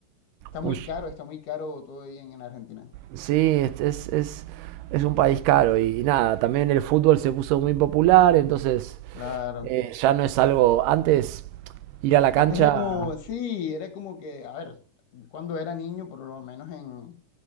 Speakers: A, on the left; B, on the right.
A: Está
B: un
A: muy
B: sh-
A: caro, está muy caro todo ahí en, en Argentina.
B: sí, es, es, es, es un país caro y, nada, también el fútbol se puso muy popular, entonces
A: Claro.
B: eh, ya no es algo, antes ir a la cancha
A: Antes era como, sí, era como que, a ver, cuando era niño, por lo menos en,